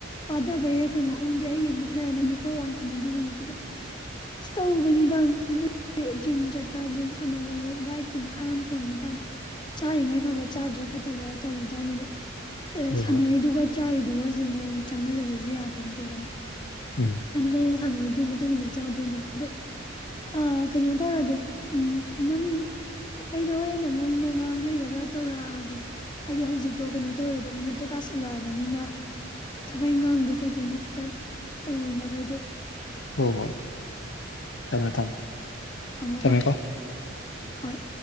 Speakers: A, on the left; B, on the left.
A: ꯄꯥꯗꯕꯩꯔꯥ ꯀꯩꯅꯣ ꯈꯪꯗꯦ ꯑꯩꯒꯤ ꯃꯤꯠꯅꯔ ꯅꯝꯗ ꯈꯔ ꯋꯥꯡꯈꯠꯅꯗꯤ ꯎꯨꯏꯌꯦꯕ ꯑꯗꯣ ꯑꯁ ꯇꯧꯕꯅꯤꯗ ꯖꯤꯝ ꯆꯠꯄ ꯖꯤꯝ ꯁꯥꯟꯅꯕ ꯗꯥꯏꯠꯀꯤ ꯃꯈꯥ ꯌꯥꯝ ꯄꯣꯟꯕꯖꯥꯅꯤ ꯆꯥꯔꯤꯉꯩ ꯐꯕ ꯆꯥꯗ꯭ꯔꯥ ꯐꯠꯇꯕ ꯇꯧꯕꯖꯥꯠꯅꯤ ꯑꯗꯣ
B: ꯍꯣꯏ
A: ꯁꯥꯟꯅꯔꯤꯗꯨꯒ
B: ꯍꯣꯏ
A: ꯆꯥꯔꯤꯗꯨꯒ ꯑꯗꯨ ꯃꯑꯣꯡ ꯆꯥꯟꯅꯗꯕꯁꯨ ꯌꯥꯄꯣꯟ ꯇꯦꯗꯅ
B: ꯎꯝ
A: ꯑꯅꯤꯅꯅ ꯁꯅ ꯍꯥꯏꯗꯤ ꯇꯨꯃꯤꯅꯠ ꯆꯥꯗꯣꯏꯅꯦꯕ ꯑꯗꯣ ꯑꯥ ꯀꯩꯅꯣ ꯇꯧꯔꯒꯦ ꯎꯝ ꯅꯪ ꯑꯩꯗꯣ ꯍꯣꯔꯦꯟ ꯑꯃꯨꯛꯅꯦꯉꯥꯡ ꯂꯩꯔꯒ ꯇꯧꯔꯛꯑꯒꯦ ꯍꯥꯏꯗꯤ ꯍꯧꯖꯤꯛꯇꯣ ꯀꯩꯅꯣ ꯇꯧꯔꯦꯕ ꯅꯨꯃꯤꯠꯇꯨ ꯇꯥꯁꯜꯂꯛꯑꯕꯅꯤꯅ ꯊꯕꯛ ꯏꯪꯈꯥꯡꯗꯣ ꯀꯩ ꯀꯩꯅꯣ ꯈꯤꯇꯪ ꯇꯧꯔꯨꯅꯕ ꯍꯥꯏꯗꯣ
B: ꯍꯣꯏ ꯍꯣꯏ ꯊꯝꯃꯦ ꯊꯝꯃꯦ
A: ꯊꯝꯃꯣ
B: ꯊꯝꯃꯦꯀꯣ
A: ꯊꯝꯃꯣ ꯍꯣꯏ